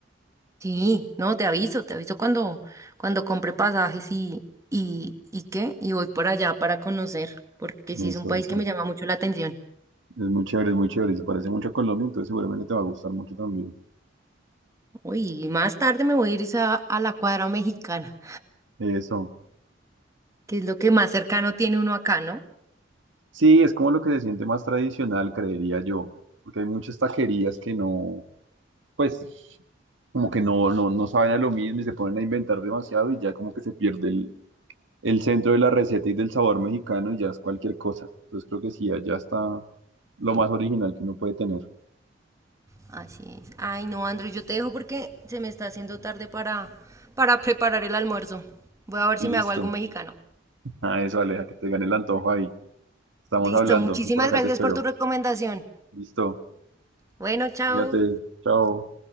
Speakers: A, on the right; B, on the right.
A: Sí, no, te aviso, te aviso cuando, cuando compre pasajes y, y, y qué, y voy por allá para conocer, porque sí es
B: Eso,
A: un país
B: eso.
A: que me llama mucho la atención.
B: Es muy chévere, es muy chévere. Se parece mucho a Colombia, entonces seguramente te va a gustar mucho también.
A: Uy, y más tarde me voy a ir es a, a la cuadra mexicana,
B: Eso.
A: que es lo que más cercano tiene uno acá, ¿no?
B: Sí, es como lo que se siente más tradicional, creería yo, porque hay muchas taquerías que no, pues como que no, no, no saben a lo mismo y se ponen a inventar demasiado y ya como que se pierde el, el centro de la receta y del sabor mexicano y ya es cualquier cosa. Entonces creo que sí, allá está lo más original que uno puede tener.
A: Así es. Ay, no, Andrew, yo te dejo porque se me está haciendo tarde para, para preparar el almuerzo. Voy a ver
B: Listo.
A: si me hago algo mexicano.
B: Ah, eso, Aleja, que te gane el antojo ahí. Estamos
A: Listo,
B: hablando,
A: muchísimas
B: por acá
A: gracias
B: te espero.
A: por tu recomendación.
B: Listo.
A: Bueno, chao.
B: Cuídate. Chao.